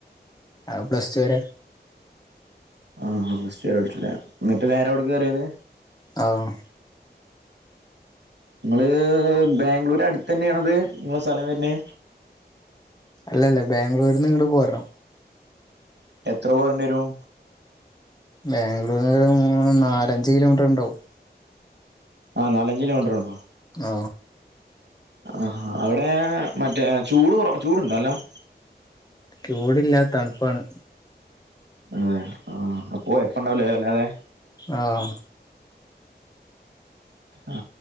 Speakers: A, on the left; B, on the right.
A: ആഹ് പ്ലസ്ടുരെ
B: ആഹ് പ്ലസ്ടുവരെ പഠിച്ചൂല്ലെ എന്നിട്ട് നേരെ വിട് കേറ്യേത്
A: ആഹ്
B: നിങ്ങള് ബാംഗ്ലൂര് അടുത്ത ന്നെയണത് നിങ്ങളെ സ്ഥലം വർന്നെ
A: അല്ലല്ല ബാംഗ്ലൂരിന്ന് ഇങ്ങട്ട് പോർണം
B: എത്ര പോർണ്ട്യേരും
A: ബാംഗ്ലൂർന്ന് ഒര് മൂനാലഞ്ച് കിലോമീറ്റർ ഉണ്ടാവും
B: ആഹ നാലഞ്ച് കിലോമീറ്റർ ഉണ്ടോ
A: ഓ
B: ആഹ് അവിടെ മറ്റേ ചൂട് കുറ ചൂടുണ്ടോല്ലോ നല്ലോം
A: ചൂടില്ലാ തണ്പ്പാണ്
B: ആഹ് അഹ് ആ അപ്പൊ എപ്പ ഉണ്ടാവലേ അല്ലാതെ
A: ആഹ്
B: ആ